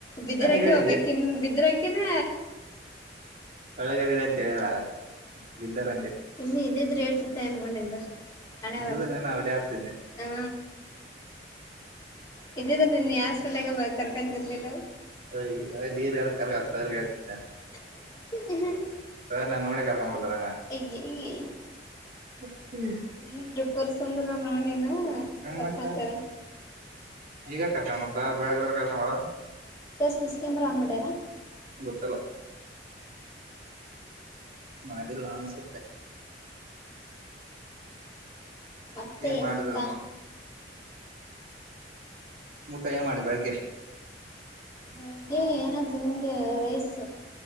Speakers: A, on the left; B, on the right.
A: ಬಿದಿರಕೆ
B: ಹಾ ಹೇಳಿದ್ದಿ
A: ಹೋಗಬೇಕುಿನ್ ಇದರಕ್ಕೆನ
B: ಒಳಗದಿಲ್ಲ ಅಂತ ಹೇಳಲ ಬೀದರ
A: ಇನ್ನು ಇದಿದ್ರ ೇಟ್ಿತ್ತ ಏನೋ ಬಿಡು ನಿಂದು ಹಣೇ
B: ಇದ್ದುದ
A: ಬರ
B: ನಾನು ಅವಡ ಆಡ್ಸಿದ್ನಿ
A: ಹಾ ಇದ ನಿನ್ ಯಾಸ್ಪಲ್ಾಗ ಕರ್ಕಿರ್ಲಿಲ್ಲ
B: ಅಯ್ಯಾ ನೀವು ಯಾರು ಕಾರ ಸಗರ್ಗಿದ್ದ
A: ್ಮ
B: ಸಾರ್ ನಾನ್ ನೋಡೆ ಕರ್ಕೊಂಡುಬರ್ತಾರ
A: ಅಯ್ಯಯ್ಯ
B: ಹೂ ಹೂ
A: ಹ್ಮ್ ತ್ರಿಪುರ್ ಸುಂದರ ನೋಡಿನ ಕರ್ಕೊಂತಾರ
B: ಮತ್ತೆ ಈಗ ಕರ್ಕೊಂಡ ಅಂತ ಬಳಗದ್ರ ಕರ್ಕೊಂಡದ
A: ಸರ್ ಸಿಸ ನಂಬರ್ ಅಂಗ್ಡಾರಾ
B: ಗೊತ್ತಿಲ್ಲ ಮಾಡಿಲ್ಲ ಅನ್ಸುತ್ತೆ
A: ಮತ್ತೆ
B: ಏನ್
A: ಎಂತ
B: ಮಾಡಿದ್ರಮ್ಮ ಊಟ ಏನ್ ಮಾಡಿ ಬೆಳಗ್ಗೆ
A: ಬೆಳಿಗ್ಗೆ ಏನ ತಿಿಂದೆ ರೈಸ್